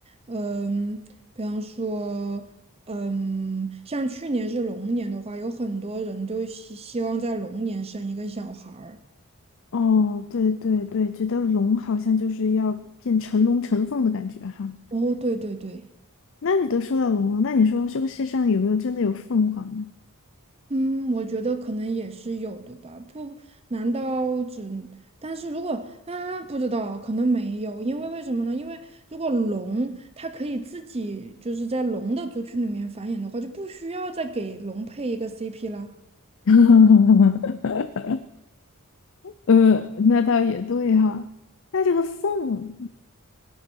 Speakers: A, on the right; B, on the left.
A: 嗯，比方说，嗯，像去年是龙年的话，有很多人就希希望在龙年生一个小孩儿。
B: 哦，对对对，觉得龙好像就是要变成龙成凤的感觉哈。
A: 哦，对对对。
B: 那你都说到龙了，那你说这个世上有没有真的有凤凰呢？
A: 嗯，我觉得可能也是有的吧。不，难道只？但是如果啊，不知道，可能没有，因为为什么呢？因为如果龙它可以自己就是在龙的族群里面繁衍的话，就不需要再给龙配一个 CP 啦。
B: <laughs> 呃，那倒也对哈，那这个凤，